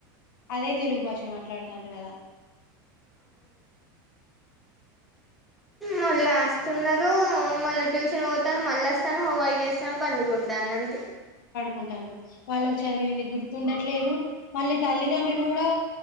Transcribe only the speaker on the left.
అదే తెలుగు భాష మాట్లాడుతాంట కదా
కుంటారు వాళ్ళకు చదివింది గుర్తుండట్లేదు మళ్ళీ తల్లిదండ్రులు కూడా